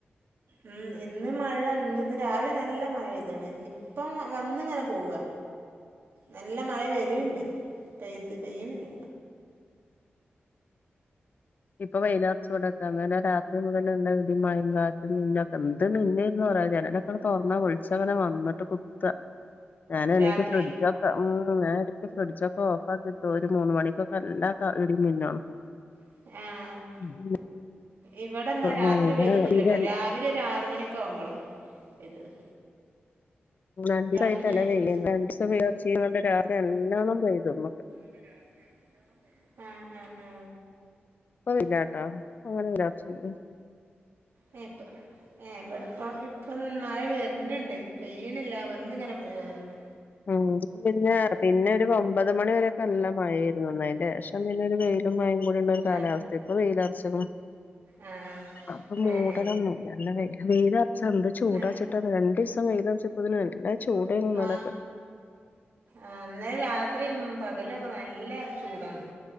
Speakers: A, on the right (about 75°); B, on the left (about 45°).
A: ഉം ഇന്ന് മഴ ഇണ്ടന്ന് രാവിലെ നല്ല മഴപെയ്ത്ന് ഇപ്പം വന്നിങ്ങനെ പോവാ നല്ല മഴ വരേണ്ട് പെയ്ത് പെയ്യണില്ല
B: ഇപ്പൊ വെയ്ലാപ്പ്ച്ചോടൊക്കെ ഇന്നലെ രാത്രി മുതല ഉള്ള ഇടി മഴേ കാറ്റും മിന്ന ഒക്കെ എന്ത് മിന്നന്ന് പറയാ ജനലൊക്ക് അ തൊറന്നാ വിളിച്ചങ്ങനെ വന്നിട്ട് കുത്താ ഞാന എണീട്ട്
A: രാത്രി
B: ഫ്രഡിച്ചോക്കെ ഉം ഞാൻ എണീട്ട് ഫ്രഡിച്ചൊക്കൊ ഇപ്പ കിട്ടും ഒരു മൂന്ന് മണിക്കൊക്കെ നല്ലാം ഇടി മിന്നോ
A: ഏഹ്
B: <unintelligible>
A: ഇവിടെന്നാ രാത്രി
B: ഭയങ്കര
A: പെയ്തിട്ടില്ലട്ടോ രാവിലെ ഒരു ആറ് മണി ക്ക ആകുമ്പോൾ പെയ്തത്
B: രണ്ട് ദിവസായിട്ട്ല്ല
A: രാത്രിയിലേനി
B: വെയിലാ രണ്ട് ദിവസംർച്ച ചെയണ്ട് രാത്രി നല്ലോണ്ണം പെയ്തു നമുക്ക്
A: <unintelligible> ആ ആ ആ
B: അ ഇല്ലാട്ടാ അ <unintelligible>
A: എ ഇപ്പ ഏ എവിടെ പ്പ് അപ്പ ഇപ്പം മഴ വരുന്നുണ്ട് പെയ്യണില്ല വന്ന് ഇങ്ങനെ പോവാന്നുണ്ട്
B: ഉം പിന്നെ പിന്നെ ഒരു ഒമ്പത് മണിവരെയൊക്കെല്ല മഴയായിരുന്നു അതിന്റെ യേഷം പിന്നെ ഒരു വെയിലും മഴയും കൂടി ഉള്ള ഒരു കാലാവസ്ഥ
A: ആ
B: ഇപ്പൊ വെയിലറച്ചൂന്
A: ആ ആ
B: അപ്പൊ മൂടലൊന്നുംല്ല
A: ആ ഏ
B: നല്ല വെയില വെയില അറച്ച എന്ത് ചൂടാ
A: ആ
B: ചിട്ടാ രണ്ട് ഇസ വെയിലരിച്ചപോത്തിന് നല്ല ചുടയിനു ഇന്നലൊക്കെ
A: ആ ആ ഇന്നലെ രാത്രിയും പകലൊക്കെ നല്ല ചൂടാണ്